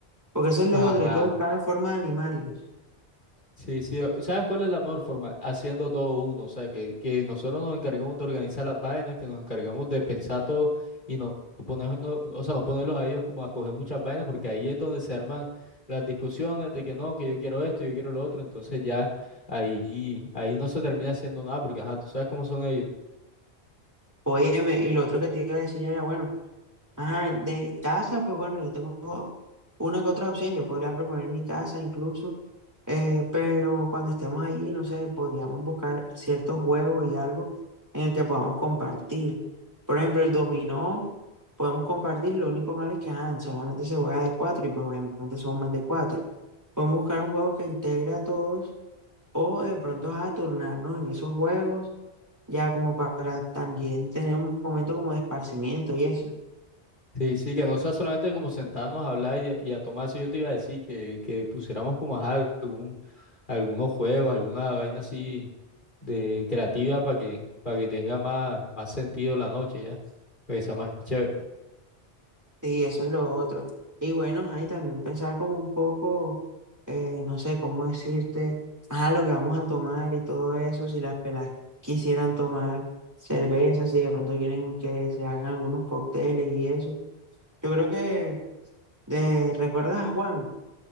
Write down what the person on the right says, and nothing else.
Porque eso es lo
otro, y que buscar la forma de animarlo.
Óyeme, y lo otro que te iba a decir era, bueno, ajá, de casa, pues bueno, yo tengo una que otra opción, yo podría proponer mi casa incluso, eh, pero cuando estemos ahí, no sé, podríamos buscar ciertos juegos y algo en el que podamos compartir. Por ejemplo, el dominó, podemos compartir, lo único malo es que, ajá, solamente se juega de cuatro y pues obviamente somos más de cuatro. Podemos buscar un juego que integre a todos o de pronto, a turnarnos en esos juegos ya como para también tener un momento como de esparcimiento y eso.
Sí, eso es lo otro. Y bueno, ahí también pensar como un poco, eh, no sé cómo decirte, ajá, lo que vamos a tomar y todo eso, si las pelas quisieran tomar cerveza, si de pronto quieren que se hagan algunos cócteles y eso. Yo creo que, eh, ¿recuerdas a Juan?